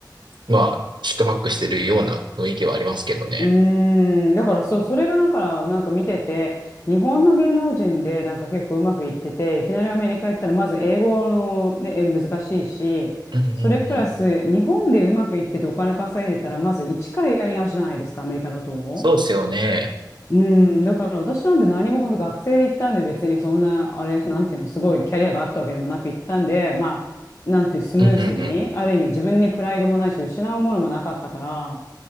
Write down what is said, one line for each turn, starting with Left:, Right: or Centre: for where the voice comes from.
Right: まあ、四苦八苦してるような雰囲気はありますけどね。
Left: うーん、だからそう、それがだから、なんか見てて、日本の芸能人でなんか結構うまくいってて、いきなりアメリカ行ったら、まず英語のね、え難しいし、
Right: うんうんうん。
Left: それプラス、日本でうまくいっててお金稼いでたら、まず一からやり直しじゃないですか、アメリカだと。
Right: そうですよね。
Left: うん、だから私なんて何も本当学生で行ったんで、別にそんな、あれ、<laughs> なんていうの、すごいキャリアがあったわけでもなく行ったんで、まあ、なんていう、スムースに、
Right: うんうんうん。
Left: ある意味自分にプライドもないし、失うものもなかったから、